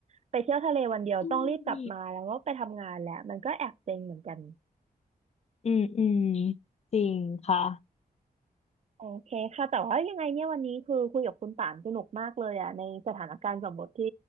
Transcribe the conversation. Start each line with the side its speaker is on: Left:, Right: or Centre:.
Right: ไปเที่ยวทะเลวันเดียวต้องรีบกลับมาแล้วก็ไปทำงานแล้วมันก็แอบเซ็งเหมือนกัน
Left: อืมอืมอืมจริงค่ะ
Right: โอเคค่ะแต่ว่ายังไงเนี่ยวันนี้คือคุยกับคุณป่านสนุกมากเลยอ่ะในสถานการณ์สมมติที่